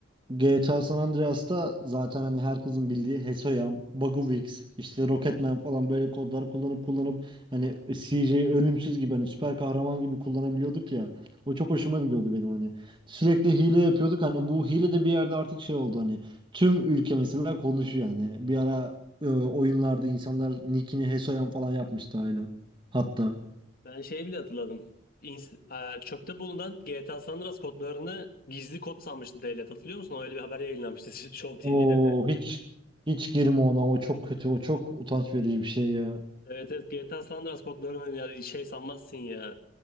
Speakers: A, on the right; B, on the left.
A: GTA San Andreas'ta zaten hani herkesin bildiği Hesoyam, Baguvix, işte Rocketman falan böyle kodlar kullanıp kullanıp hani CJ'yi ölümsüz gibi hani süper kahraman gibi kullanabiliyorduk ya. O çok hoşuma gidiyordu benim hani. Sürekli hile yapıyorduk hani bu hile de bir yerde artık şey oldu hani tüm ülke mesela konuşuyor yani. Bir ara e, oyunlarda insanlar nickini Hesoyam falan yapmıştı hala. Hatta.
B: Ben şeyi bile hatırladım. İns- e, çöpte bulunan GTA San Andreas kodlarını gizli kod sanmıştı devlet. Hatırlıyor musun? Öyle bir haber yayınlanmıştı <laughs> Show
A: Oo
B: TV'de
A: hiç hiç girme ona o çok kötü o çok utanç verici bir şey ya.
B: Evet evet GTA San Andreas kodlarını ya şey sanmazsın ya.